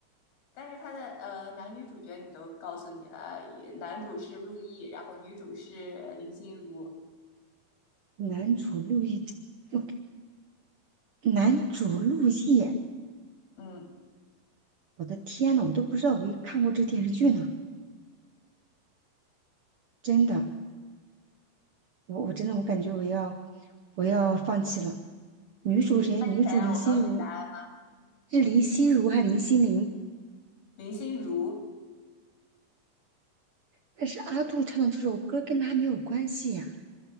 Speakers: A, on the left; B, on the right.
A: 但是它的呃男女主角你都告诉你了，也男主是陆毅，然后女主是林心如。
B: 男主陆毅，我男主陆毅，
A: 嗯，
B: 我的天呐，我都不知道我看过这电视剧呢，真的。我我真的我感觉我要我要放弃了。女主谁？
A: 你那你想让我告诉你答案？
B: 女主林心如，是林心如还林心凌？
A: 林心如。
B: 但是阿杜唱的这首歌跟她没有关系呀、